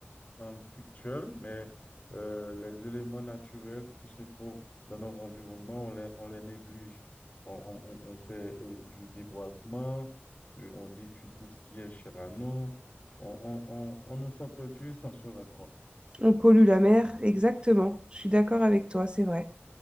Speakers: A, on the left; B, on the right.
A: euh, fictuelles, mais euh, les éléments naturels qui se trouvent dans notre environnement, on les, on les néglige. On, on- on- on fait euh, du déboisement, euh, on détruit tout ce qui est cher à nous. On, on, on, on nous s'entretue sans se rendre compte.
B: On pollue la mer, exactement. Je suis d'accord avec toi, c'est vrai.